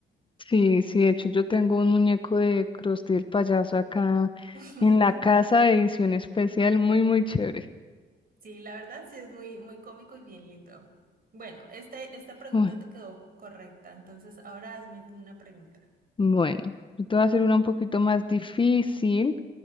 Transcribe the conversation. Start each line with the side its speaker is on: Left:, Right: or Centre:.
Left: sí, sí. De hecho, yo tengo un muñeco de Krusty el payaso acá
Right: <laughs>
Left: en la casa de edición especial, muy, muy chévere.
Right: Sí, la verdad sí es muy, muy cómico y bien lindo. Bueno, este, esta pregunta
Left: Uy.
Right: te quedó correcta, entonces ahora hazme tú una pregunta.
Left: Bueno, yo te voy a hacer una un poquito más difícil.